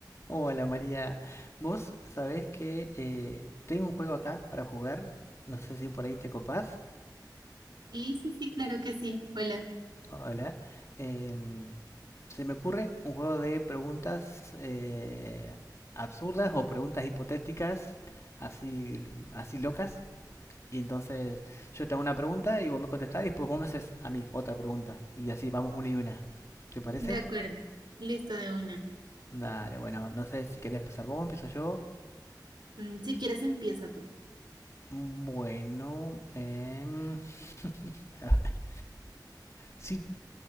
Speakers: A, on the left; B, on the right.
A: Hola María, vos sabés que eh, tengo un juego acá para jugar, no sé si por ahí te copás.
B: Sí, sí, sí, claro que sí. Hola.
A: Hola, Em, se me ocurre un juego de preguntas eh, absurdas o preguntas hipotéticas, así, así locas. Y entonces yo te hago una pregunta y vos me contestás y después vos me haces a mí otra pregunta. Y así vamos una y una. ¿Te parece?
B: De acuerdo. Listo de una.
A: Dale, bueno, no sé si querés empezar vos, empiezo yo.
B: Mm, si quieres, empieza tú.
A: Bueno, em, <laughs> si